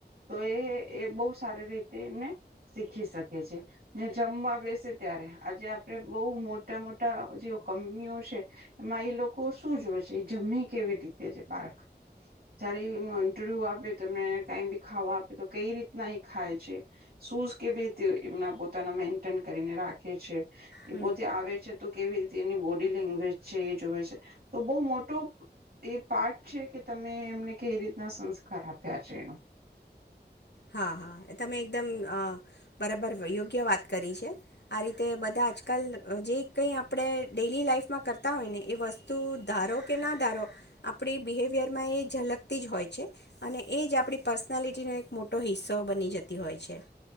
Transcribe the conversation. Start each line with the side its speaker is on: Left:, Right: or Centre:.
Right: તો એ એ બહુ સારી રીતે એને શીખી શકે છે. જમવા બેસે ત્યારે આજે આપડે બહુ મોટા મોટા જે કંપનીઓ છે એમાં એ લોકો શું જોવે છે એ જમ કેવી રીતે છે બાળક જયારે એ ઇન્ટરવ્યુ આપે તો એમને કઈ બી ખાવા આપે તો કઈ રીતના એ ખાય છે શૂઝ કેવી રીતે એમના પો પોતાના મેન્ટેન કરીને રાખે છે. એ
Left: હમ
Right: પોતે આવે છે તો કેવી રીતે એની બોડી લેંગ્વેજ છે એ જોવે છે તો બહુ મોટો એ પાર્ટ છે કે તમે એમને કેવી રીતના સંસ્કાર આપ્યા છે એનો
Left: હા હા તમે એકદમ બરાબર યોગ્ય વાત કરી છે આ રીતે બધા આજકાલ જે કંઈ આપણે ડેલી લાાઈફમાં કરતા હોય ને એ વસ્તુ ધારો કે ના ધારો આપણી બવિયર જલકતી જ હોય છે અને એ આપ પ નાલીટીના એક મો મોટો હિસ્સો બની જતી હોય છે